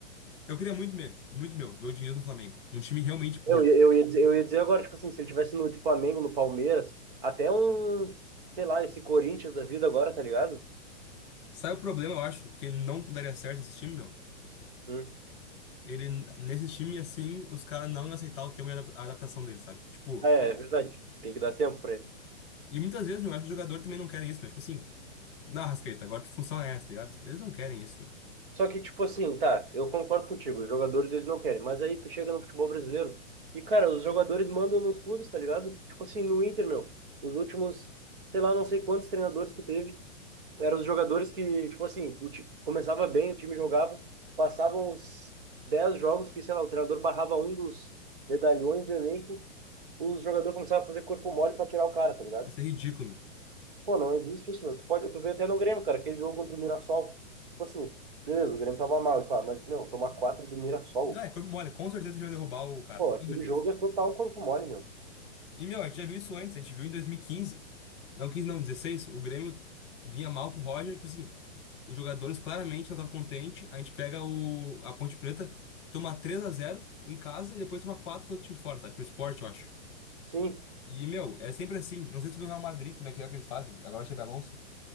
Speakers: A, on the left; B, on the right.
A: Eu queria muito, meu, muito, meu, ver o Diniz no Flamengo. Um time realmente bom.
B: Eu, eu, ia dizer, eu ia dizer agora, tipo assim, se ele tivesse no de Flamengo, no Palmeiras, até um, sei lá, esse Corinthians da vida agora, tá ligado?
A: Sabe o problema, eu acho, que ele não daria certo esse time, meu?
B: Hum.
A: ele, nesse time assim, os caras não iam aceitar o tempo de adap- a adaptação dele, sabe? Tipo,
B: É, é verdade, tem que dar tempo pra ele.
A: e muitas vezes, meu, acho que os jogadores também não querem isso, meu. Tipo assim, na Rascaeta, agora tua função é essa, tá ligado? Eles não querem isso, meu.
B: Só que, tipo assim, tá, eu concordo contigo, os jogadores eles não querem, mas aí tu chega no futebol brasileiro e, cara, os jogadores mandam nos clubes, tá ligado? Tipo assim, no Inter, meu, os últimos, sei lá, não sei quantos treinadores que teve, eram os jogadores que, tipo assim, o ti- começava bem, o time jogava, passavam os 10 jogos que, sei lá, o treinador barrava um dos medalhões do elenco, os jogadores começavam a fazer corpo mole pra tirar o cara, tá ligado?
A: Isso é ridículo, meu.
B: Pô, não existe isso, meu. Tu pode, tu vê até no Grêmio, cara, aquele jogo contra o Mirassol. Tipo assim, beleza, o Grêmio tava mal, e pá, mas, meu, tomar quatro do Mirassol.
A: Não, é corpo mole, com certeza que iam derrubar o cara,
B: Pô,
A: com
B: aquele
A: certeza.
B: jogo é total corpo mole, meu.
A: E, meu, a gente já viu isso antes, a gente viu em 2015. Não, 15 não, 16, o Grêmio vinha mal com o Roger, tipo assim, os jogadores claramente não estavam contentes, a gente pega o, a Ponte Preta, toma três a zero em casa e depois toma 4 pro outro time fora, sabe? Pro Sport, eu acho.
B: Sim,
A: E, meu, é sempre assim. Não sei se tu viu o Real Madrid, como é que é que eles fazem. Agora o Xabi Alonso.